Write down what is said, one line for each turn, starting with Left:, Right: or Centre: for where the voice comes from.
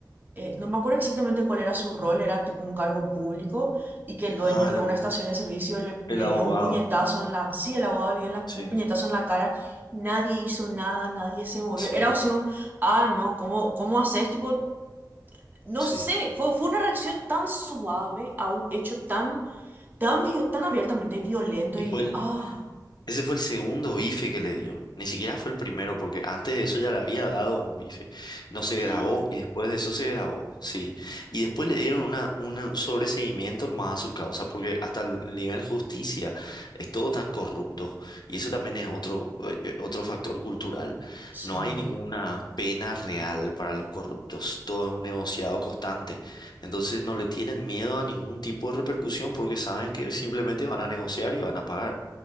Right: eh, no me acuerdo exactamente cuál era su rol, era tipo un cargo público y que el dueño
Left: Ah, el
Right: de una estación de servicio le,
Left: el
Right: le
Left: abogado.
Right: dio un puñetazo en la... Sí, el abogado le dio en la-
Left: Sí.
Right: un puñetazo en la cara. Nadie hizo nada, nadie se movió.
Left: Sí,
Right: Era así un... Ah, no, ¿cómo, cómo haces? Tipo, no
Left: sí.
Right: sé, fue, fue una reacción tan suave a un hecho tan, tan, vi- tan abiertamente violento
Left: Y
Right: y,
Left: fue el,
Right: ah,
Left: Ese fue el segundo bife que le dio. Ni siquiera fue el primero, porque antes de eso ya le había dado un bife. No se
Right: ¿qué?
Left: grabó y después de eso se grabó, sí. Y después le dieron una, un sobreseguimiento más a su causa, porque hasta el nivel justicia es todo tan corrupto. Y eso también es otro, eh, eh, otro factor cultural.
Right: Sí,
Left: No hay ninguna pena real para los corruptos. Todo es un negociado constante. Entonces no le tienen miedo a ningún tipo de repercusión porque saben que simplemente van a negociar y van a pagar.